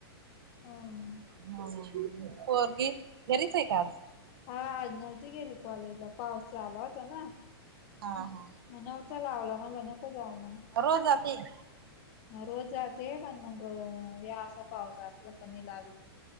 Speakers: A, on the left; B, on the right.
A: हम
B: ह. <inaudible> पोरगी, घरीचे का आज?
A: हा आज नव्हती गेली कॉलेज ला. पाऊस आला होता ना.
B: हा ह.
A: म णवता लावला. म्हणल नको जाव मग.
B: रोज जातेय.
A: रोज जाते. पण मग, या असा पाऊस असला का नाही लावीत.